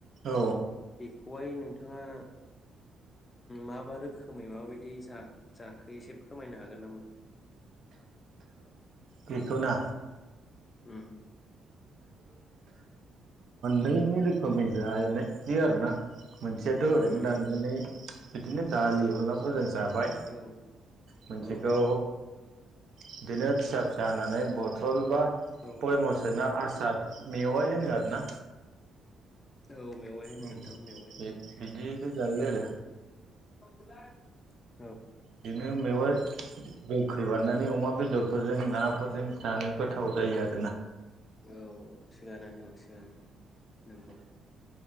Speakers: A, on the right (about 60°); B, on the left (about 30°).
A: औ
B: बेखौहाय नोंथाङा माबा रोखोमै माबायदि जाखो एसे फोरमायनो हागोन नामा
A: बेखौना
B: होम
A: बे रोखोमै जानाय जायो आरो ना मोनसेयाथ ओरैनो
B: उम
A: दाननानै
B: उम
A: बिदिनो दालि अनलाफोर जायो जाबाय
B: औ
A: मोनसेखौ
B: औ औ
A: बिदिनो फिसा फिसा होनानै बथल बा
B: औ
A: भयामाव सोना आसार मेवाइ होनो आरोना
B: औ मेवाइ होनो
A: औ
B: नोंथां मेवाइ
A: बे बिदिनो जायो आरो
B: <unintelligible>
A: बिदिनो मेवाय गोखैबा नानै अमा बेदरफोरजों नाफोरजों जानो गोथाव जायो आरो
B: औ थिगानो नोंथां थिगानो नंगौ